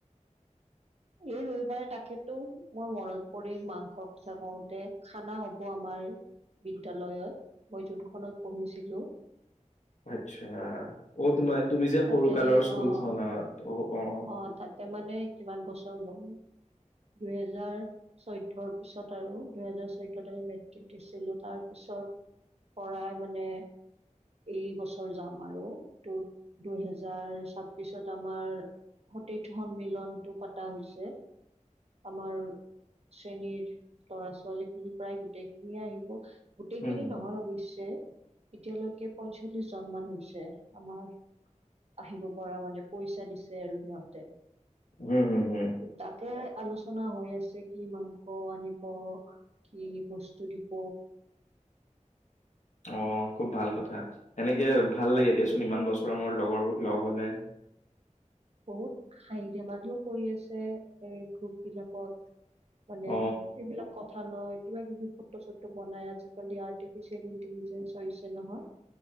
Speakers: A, on the right (about 55°); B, on the left (about 65°).
A: এই ৰবিবাৰে তাকেতো মোৰ মনত পৰিল মাংস কথা কওঁতে খানা হ'ব আমাৰ বিদ্যালয়ত মই যোনখনত পঢ়িছিলো।
B: আচ্ছা, অ' তোমাৰ তুমি যে
A: তাতে
B: সৰু কালৰ স্কুলখন
A: অ
B: অ-অ,
A: অ তাতে মানে কিমান বছৰ, মোৰ দুহেজাৰ চৈধ্য পিছত আৰু দুহেজাৰ চৈধ্যত আমি মেট্ৰিক দিছিলো তাৰ পিছত পৰাই মানে এই বছৰ যাম আৰু ত দুহেজাৰ ছাব্বিচত আমাৰ সতীৰ্থ সন্মিলনতটো পতা হৈছে। আমাৰ শ্ৰেণীৰ লৰা ছোৱালী খিনি প্ৰায় গোটেইখিনিয়ে আহিব। গোটেইখিনি
B: হুম হুম
A: নহয় অৱশ্যে এতিয়ালৈকে পঞ্চল্লিশ জন মান হৈছে আমাৰ। আহিব পৰা মানে পইচা দিছে আৰু সিহঁতে,
B: হম-হম-হম,
A: তাকে আলোচনা হৈ আছে কি মাংস আনিব কি বস্তু দিব,
B: অ', খুব ভাল কথা এনেকে ভাল লাগে দেিয়চোন ইমান বছৰ, লগৰবোৰ লগ হলে,
A: বহুত হাঁহি ধেমালিও কৰি আছে এই গ্ৰুপ বিলাকত। মানে
B: অ
A: এইবিলাক কথা ভাল হয় কিবা কিবি ফটো চটো বনাই আজি <unintelligible> আৰ্‌টিৰ্ফিচিয়েল ইণ্টেলিজেঞ্চ হৈছে নহয়